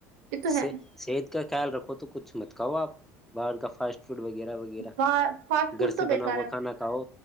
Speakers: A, on the right; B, in the centre.
A: یہ تو
B: صحت
A: ہے
B: کا خیال رکھو تو کچھ مت کھاو آپ باہر کا فاسٹ فوڈ وغیرہ وغیرہ
A: فاسٹ فوڈ
B: گھر
A: تو
B: سے بنا
A: بیکار
B: ہوا
A: ہے
B: کھانا کھاؤ